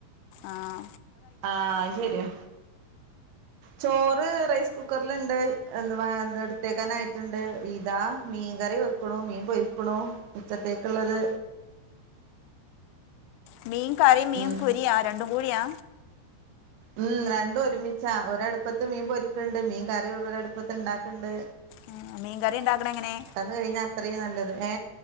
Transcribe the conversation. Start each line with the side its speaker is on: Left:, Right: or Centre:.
Left: ആഹ
Right: ആ ആഹ് ശരിയ ചോറ് റൈസ് കുക്കറ്ല്ണ്ട് എന്തവാ എന്താ ഇട്ത്തേക്കാനായിട്ടുണ്ട് ഇതാ മീൻകറി വെക്കുണ്ട് വെക്കുണു മീൻപൊരിക്കുണു ഉച്ചത്തേക്കുള്ളത്
Left: ഉമീൻ കറിം മീൻ
Right: ഉം
Left: പൊരിയാ രണ്ടും കൂടിയാ
Right: ഉം രണ്ടും ഒരുമിച്ചാ ഒരടുപ്പത്ത് മീൻ പൊരിക്കണ്ട് മീൻ കറി ഒരട്പ്പത്ത് ണ്ടാക്ക്ണ്ട്
Left: ഉം മീൻ കറി ണ്ടാക്കണങ്ങനെ
Right: പണി കഴിഞ്ഞാ അത്രീം നല്ലത് ഏ